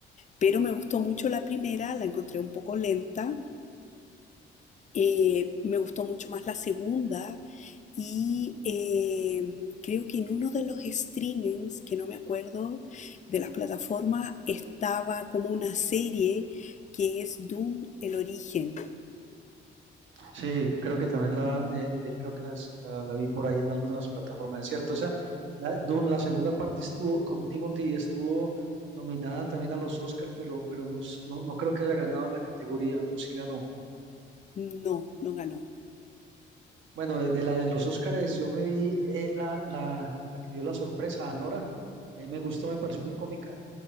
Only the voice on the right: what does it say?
Sí, creo que también la, eh, eh, creo que las- la, la vi por ahí en alguna de las plataformas, ¿es cierto? Esa, la, Dune, la segunda parte estuvo con Timothy, estuvo nominada también a los Oscar, pero, pero no, s- no, no creo que haya ganado en la categoría, o sí ganó.
Bueno, de, de la de los Oscars, yo me vi eh, la, la, la que dio la sorpresa, Anora, ahí me gustó, me pareció muy cómica,